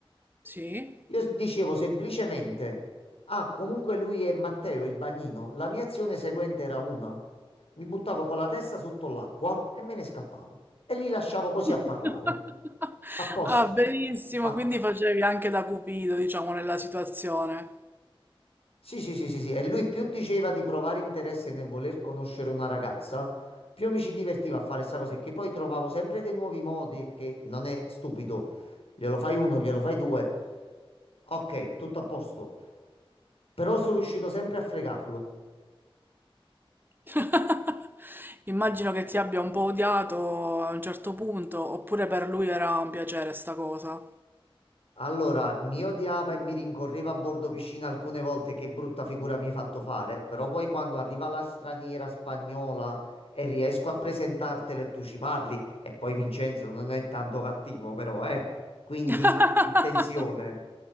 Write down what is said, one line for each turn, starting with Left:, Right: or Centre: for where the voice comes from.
Right: sì.
Left: Io s- dicevo semplicemente, ah, comunque lui è Matteo, il bagnino. La mia azione seguente era una. Mi buttavo con la testa sotto l'acqua e me ne scappavo. E li lasciavo così a parlare.
Right: <laughs>
Left: A posto.
Right: Ah, benissimo,
Left: Fatto.
Right: quindi facevi anche da cupido, diciamo, nella situazione.
Left: Sì, sì, sì, sì, sì. E lui più diceva di provare interesse nel voler conoscere una ragazza, più mi ci divertiva a fare questa cosa, e che poi trovavo sempre dei nuovi modi, che non è stupido. Glielo fai uno, glielo fai due, ok, tutto a posto. Però sono riuscito sempre a fregarlo.
Right: <laughs> Immagino che ti abbia un po' odiato a un certo punto, oppure per lui era un piacere sta cosa.
Left: Allora, mi odiava e mi rincorreva a bordo piscina alcune volte, che brutta figura mi hai fatto fare, però poi quando arriva la straniera spagnola e riesco a presentartela e tu ci parli, e poi Vincenzo non è tanto cattivo però, eh. Quindi
Right: <laughs>
Left: attenzione,